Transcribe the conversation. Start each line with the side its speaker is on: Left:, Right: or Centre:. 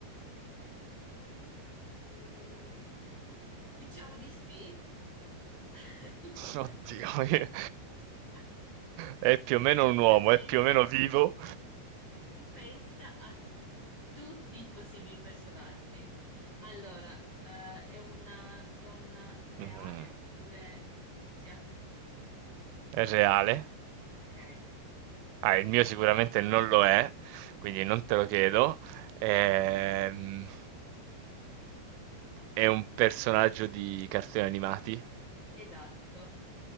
Left: Mm, diciamo di sì. <laughs> Allora...
Right: Oddio, <laughs> io-
Left: <laughs>
Right: è più o meno
Left: Pensa,
Right: un uomo,
Left: pensa,
Right: è più o meno vivo.
Left: tu pensa a tutti i possibili personaggi. Allora, eh, è una donna reale
Right: Mm.
Left: oppure fittizia?
Right: È reale?
Left: Ok,
Right: Ah, il mio sicuramente non lo è, quindi non te lo chiedo. Ehm. È un personaggio di cartoni animati?
Left: esatto.